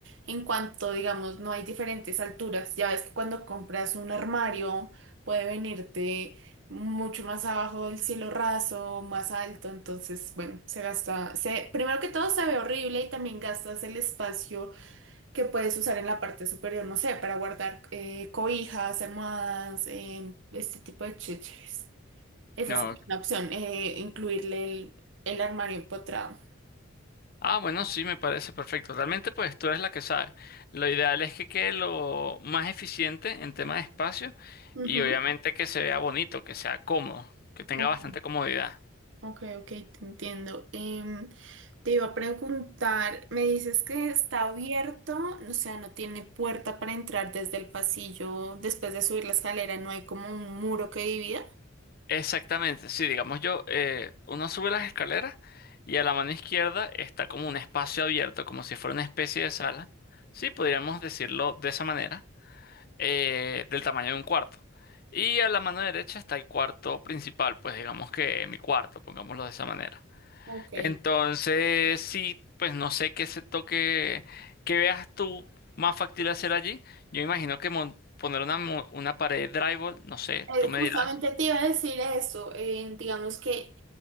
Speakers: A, on the right (about 65°); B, on the left (about 45°).
A: En cuanto, digamos, no hay diferentes alturas, ya ves que cuando compras un armario puede venirte mucho más abajo del cielo raso, más alto, entonces, bueno, se gasta, se, primero que todo se ve horrible y también gastas el espacio que puedes usar en la parte superior, no sé, para guardar eh, cobijas, almohadas, eh, este tipo de chécheres. Esa
B: No,
A: sí es una opción, eh, incluirle el, el armario empotrado.
B: Ah, bueno, sí, me parece perfecto. Realmente, pues tú eres la que sabe. Lo ideal es que quede lo más eficiente en tema de espacio
A: Ujú.
B: y obviamente que se vea bonito, que sea cómodo, que tenga
A: Ok,
B: bastante comodidad.
A: ok, ok, te entiendo. Em, Te iba a preguntar, me dices que está abierto, o sea, no tiene puerta para entrar desde el pasillo, después de subir la escalera, no hay como un muro que divida.
B: Exactamente, sí, digamos yo, eh, uno sube las escaleras y a la mano izquierda está como un espacio abierto, como si fuera una especie de sala. Sí, podríamos decirlo de esa manera, eh, del tamaño de un cuarto. Y a la mano derecha está el cuarto principal, pues digamos que mi cuarto, pongámoslo de esa manera.
A: Ok.
B: Entonces, sí, pues no sé qué se toque, qué veas tú más factible hacer allí. Yo imagino que mon- poner una, mo- una pared de drywall, no sé,
A: Eh,
B: tú me
A: justamente
B: dirás.
A: te iba a decir eso, eh, digamos que